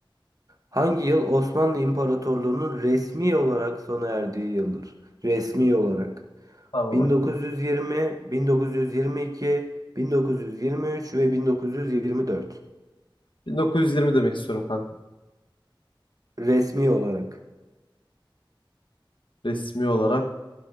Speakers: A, on the right; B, on the left.
A: Hangi yıl Osmanlı İmparatorluğu'nun resmi olarak sona erdiği yıldır? Resmi olarak.
B: Tamam
A: 1920,
B: okey.
A: 1922, 1923 ve 1924.
B: 1920 demek istiyorum kanka.
A: Resmi olarak.
B: Resmi olarak.